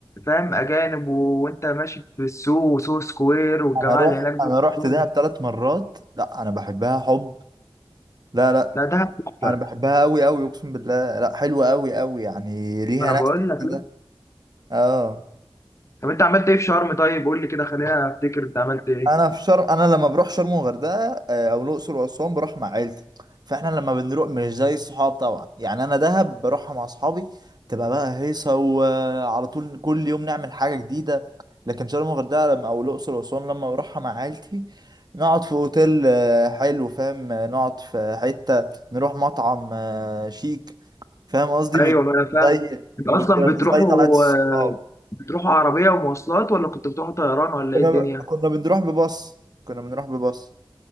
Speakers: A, on the left; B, on the right.
A: فاهم أجانب و- وأنت ماشي في السوق وسوق سكوير والجماعة
B: انا رحت
A: اللي هناك دول
B: انا رحت
A: كلهم
B: دهب ثلاث مرات لا انا بحبها حب لا لا
A: لا دهب تحفة
B: انا بحبها قوي قوي اقسم بالله لا حلوه قوي قوي يعني ليها
A: ما أنا
B: نكهه
A: بقول لك
B: كده
A: لا
B: اه
A: طب أنت عملت إيه في شرم طيب قول لي كده خلينا أفتكر أنت عملت إيه
B: انا في شرم انا لما بروح شرم وغردقه آه، او الاقصر واسوان بروح مع عيلتي فاحنا لما بنروح مش زي الصحاب طبعا يعني انا دهب بروحها مع اصحابي تبقى بقى هيصه وعلى طول كل يوم نعمل حاجه جديده لكن شرم وغردقه لما او الاقصر واسوان لما بروحها مع عيلتي نقعد في اوتيل آه، حلو فاهم آه، نقعد في حته نروح مطعم آه، شيك فاهم قصدي مش
A: ايوه ما انا فاهم
B: زي
A: انت اصلا
B: مش
A: بتروحوا
B: زي طلعت الصحاب
A: آه، بتروحوا عربيه ومواصلات ولا كنت بتروحوا طيران ولا
B: كنا
A: ايه الدنيا
B: كنا بنروح بباص كنا بنروح بباص